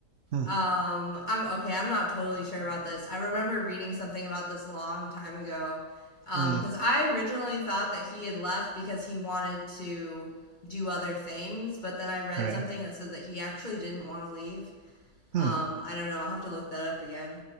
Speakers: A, on the right; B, on the left.
A: hmm,
B: Um, I'm okay. I'm not totally sure about this. I remember reading something about this a long time ago, Um,
A: hmm,
B: because I originally thought that he had left because he wanted to do other things, but then I read
A: right.
B: something that said that he actually didn't want to leave.
A: Hmm.
B: Um, I don't know. I'll have to look that up again.